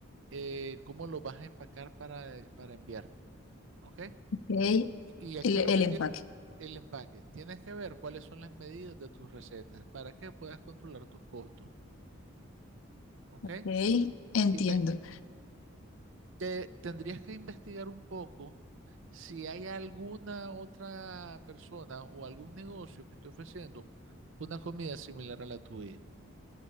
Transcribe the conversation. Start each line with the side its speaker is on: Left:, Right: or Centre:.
Right: eh, cómo lo vas a empacar para, eh, para enviar, ¿ok?
Left: Ok,
Right: Y aquí
Left: el, el
Right: lo que
Left: empaque.
Right: tienes, el empaque, tienes que ver cuáles son las medidas de tus recetas para que puedas controlar tus costos, ¿ok?
Left: Ok, entiendo.
Right: Inve- te- tendrías que investigar un poco si hay alguna otra persona o algún negocio que esté ofreciendo una comida similar a la tuya.